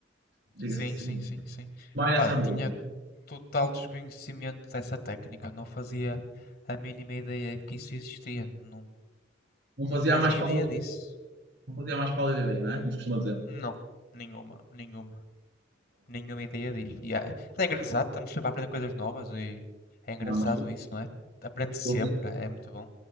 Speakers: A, on the right (about 65°); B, on the left (about 55°).
A: Diga-se
B: Sim,
A: assim.
B: sim, sim, sim.
A: Desmaia-se
B: Pá,
A: a andorinha.
B: tinha... total desconhecimento dessa técnica, não fazia a mínima ideia que isso existia, não,
A: Não fazia
B: não fazia
A: a mais pálida,
B: ideia disso.
A: não fazia a mais pálida ideia, não é? Como se costuma dizer.
B: Não, nenhuma, nenhuma, nenhuma ideia disso. E é, é engraçado, estamos sempre a aprender coisas novas e é engraçado
A: Não, mas tudo-
B: isso, não é? Aprende sempre,
A: tudo-
B: é muito bom,